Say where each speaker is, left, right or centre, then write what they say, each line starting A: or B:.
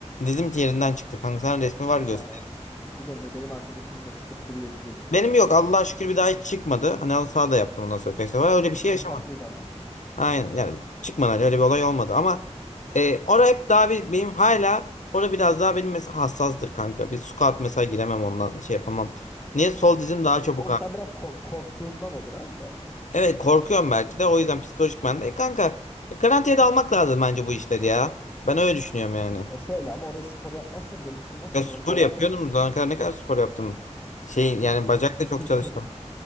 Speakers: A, on the left (about 85°); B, on the left (about 15°).
A: Dizim yerinden çıktı kanka. Sana resmi var göster.
B: Ha. Biliyorum ya, benim arkadaşımın da çıkıp duruyor ikide bir.
A: Benim yok Allah'a şükür bir daha hiç çıkmadı. Hani halı saha yaptım ondan sonra kaç defa. Öyle bir şey yaşamadım.
B: Dikkatli davranıyorum.
A: Aynen
B: Aynen.
A: yani çıkmadı hani öyle bir olay olmadı ama e, orada hep daha bir, benim hala orada biraz daha benim mesela hassastır kanka. Bir squat mesela giremem ondan şey yapamam. Niye sol dizim daha çabuk
B: O
A: ağrır?
B: sen biraz ko- korktuğundan o biraz da.
A: Evet korkuyorum belki de o yüzden psikolojik ben de. E, kanka e, garantiye de almak lazım bence bu işleri ya. Ben öyle düşünüyorum yani.
B: E şöyle ama oraya spor yapmazsan geliştirmezsen
A: Ya spor
B: orası
A: yapıyordum.
B: daha
A: Zamana kadar ne kadar spor yaptım. Şeyin yani
B: yani
A: bacak
B: sı-
A: da
B: sı-
A: çok çalıştım.
B: sırt-